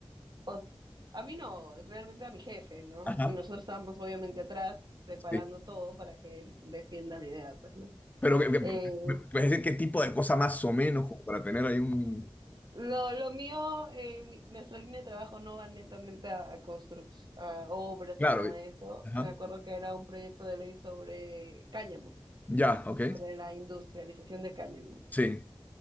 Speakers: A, on the right (about 50°); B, on the left (about 15°).
A: O- a mí no, realmente a mi jefe, ¿no?
B: Ajá.
A: Y nosotros estábamos obviamente atrás preparando
B: Sí.
A: todo para que él defienda la idea, pues, ¿no?
B: Pero, que- que-
A: Eh,
B: ¿puedes decir qué tipo de cosa más o menos como para tener ahí un...
A: lo, lo mío, eh, mi- nuestra línea de trabajo no va netamente a, a construc- a obras
B: Claro.
A: ni nada
B: y-
A: de eso.
B: Ajá.
A: Me acuerdo que era un proyecto de ley sobre cáñamo,
B: Ya, ok.
A: sobre la industrialización de cáñamo.
B: Sí,